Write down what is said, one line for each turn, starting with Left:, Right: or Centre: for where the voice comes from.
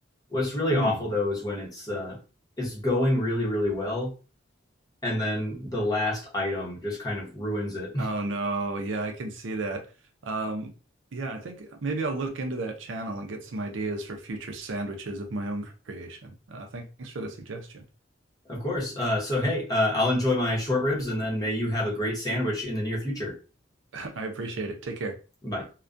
Left: what's really
Right: Hmm.
Left: awful though is when it's uh, it's going really really well and then the last item just kind of ruins it. <laughs>
Right: Oh no. Yeah, I can see that. Um, yeah, I think maybe I'll look into that channel and get some ideas for future sandwiches of my own creation. Uh, thanks for the suggestion.
Left: Of course. Uh, so hey, uh, I'll enjoy my short ribs and then may you have a great sandwich in the near future.
Right: <laughs> I appreciate it. Take care.
Left: Bye.